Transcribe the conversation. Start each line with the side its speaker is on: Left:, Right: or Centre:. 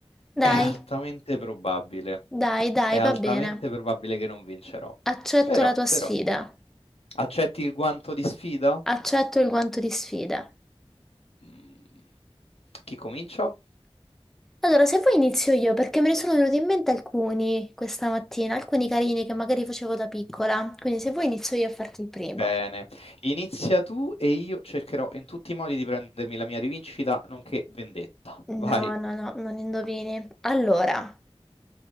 Centre: dai,
Left: È altamente probabile,
Centre: dai, dai,
Left: è altamente
Centre: va bene.
Left: probabile che non vincerò.
Centre: Accetto
Left: Però,
Centre: la tua sfida,
Left: però, accetti il guanto di sfida?
Centre: accetto il guanto di sfida.
Left: Mm, Chi comincia?
Centre: Allora, se vuoi inizio io, perché me ne sono venuti in mente alcuni questa mattina, alcuni carini che magari facevo da piccola, quindi se vuoi inizio io a farti il primo.
Left: Bene, inizia tu e io cercherò in tutti i modi di prendermi la mia rivincita, nonché vendetta.
Centre: No,
Left: Vai.
Centre: no, no, non indovini. Allora,